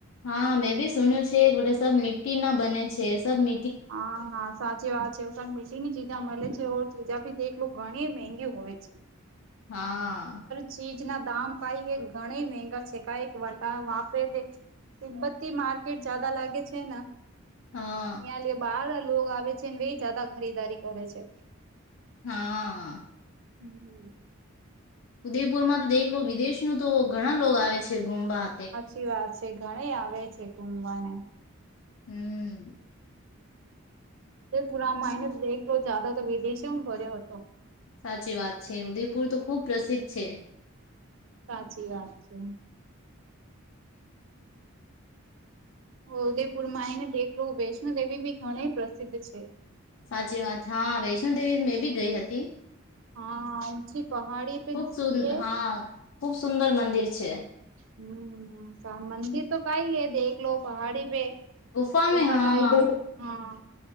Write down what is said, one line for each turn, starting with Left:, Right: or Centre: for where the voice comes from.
Left: હા મેં બી સુન્યું છે બ સબ મી્ટી ના બને છે સબ મ
Right: હા હા સાચ જેવા છે મીની ચીજા મળે છે ચીજા ભી દલું ઘણી મંગી હોય છે.
Left: હા
Right: ચીજ ના દામ કઈ એ ઘણી મહેંગા છે. કક વટા વાપરે છે. તિબ્બત્તી માર્કેટ જદા લાગે છે ના.
Left: હા
Right: ત્યાં લ બહાર લો આવે છે. એ જદા ખરીદારી કરે છે.
Left: હા!
Right: હમ!
Left: ઉદેપુર માં તો દેખ લું, વિદેશનું તો ઘણા લોકો આવે છે ઘુમવા.
Right: સાચી વાત છે ઘણી આવે છે. ઘુમવાને
Left: હમ!
Right: પુરા માઇનસ દેખ લો, જદા તો વિદેશી હું ભર્યો હતો.
Left: સાચી વાત છે. ઉદયપુર તો ખુબ પ્રસિદ્ધ છે.
Right: સાચી વાત છે. ઉદયપુર માં આય ને દેખલું, વૈષ્ણો દેવી બી ઘણી પ્રસિદ્ધ છે.
Left: સાચી વાત. હા વૈષ્ણો દેવી મેં બી ગઈ હતી.
Right: હા ઊંચી પહાડી પર
Left: ખુબ સુ
Right: છે.
Left: હા ખુબ સુંદર મંદિર છે.
Right: હમ! મંદિર તો કઈ હૈ, દેખ લો પહાડી પે.
Left: ગુફા મે
Right: ઉપા
Left: હા
Right: ટાઈ હા